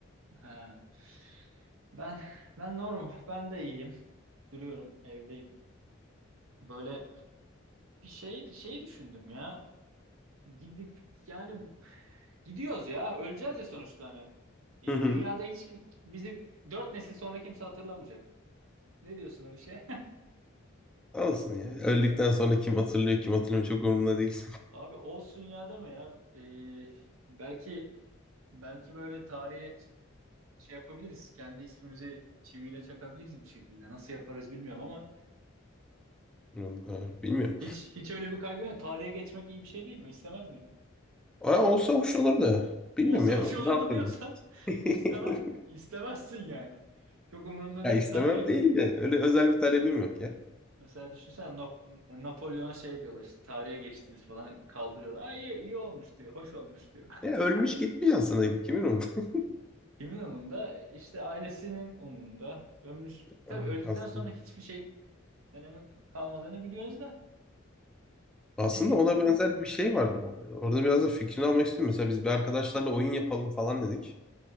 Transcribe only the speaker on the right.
Ha. Ben ben normal. Ben de iyiyim. Duruyorum, evdeyim. Böyle bir şey şey düşündüm ya. Gidip yani gidiyoruz ya. Öleceğiz ya sonuçta hani. E,
dünyada hiç bizi dört nesil sonra kimse hatırlamayacak. Ne diyorsun o işe?
<laughs> Abi olsun ya deme ya. E, belki Belki böyle tarihe ç- şey yapabiliriz. Kendi ismimizi çiviyle çakabiliriz bir şekilde. Nasıl yaparız bilmiyorum ama
hiç hiç öyle bir kaygım yok. Tarihe geçmek iyi bir şey değil mi? İstemez miydin? <laughs>
Olsa
hoş olurdu
diyorsan <laughs>
istemez, istemezsin yani. Çok umurunda
değil.
Tarih
mesela düşünsene Nap Napolyon'a şey diyorlar işte tarihe geçtiniz falan kaldırıyorlar. Aa, iyi, iyi olmuş diyor. Hoş olmuş diyor.
<laughs>
Kimin umurunda? İşte ailesinin umurunda. Ömrü tabii
öldükten
sonra hiçbir şeyin önemi kalmadığını biliyoruz da
Ne bileyim